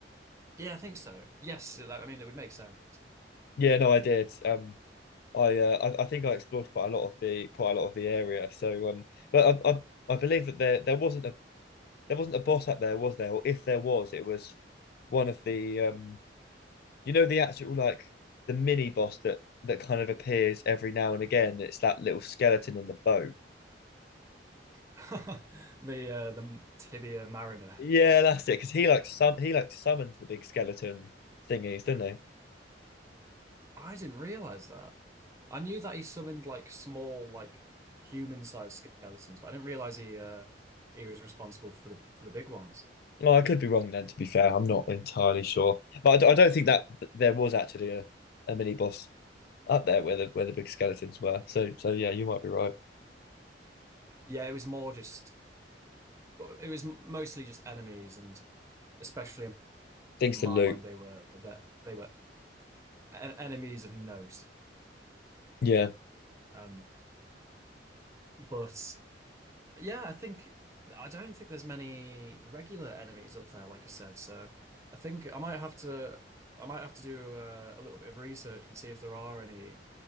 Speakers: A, on the right; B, on the left.
A: Yeah, I think so. Yes, that, I mean it would make sense.
B: Yeah, no, I did. Um, I uh, I, I think I explored quite a lot of the quite a lot of the area. So um, but I I, I believe that there there wasn't a there wasn't a boss up there, was there? Or if there was, it was one of the um you know the actual like the mini boss that that kind of appears every now and again. It's that little skeleton in the boat.
A: <laughs> The uh, the tibia mariner.
B: Yeah, that's it. Because he like sum he like summons the big skeleton thingies, don't they?
A: I didn't realize that. I knew that he summoned like small like human-sized skeletons, but I didn't realize he uh he was responsible for the for the big ones.
B: Well, I could be wrong then. To be fair, I'm not entirely sure, but I, d- I don't think that th- there was actually a, a mini boss up there where the where the big skeletons were. So so yeah, you might be right.
A: Yeah, it was more just it was mostly just enemies and especially
B: Things
A: my
B: to loot.
A: mind they were that they were en- enemies of note.
B: Yeah,
A: Um, but yeah, I think I don't think there's many regular enemies up there, like I said. So I think I might have to I might have to do a, a little bit of research and see if there are any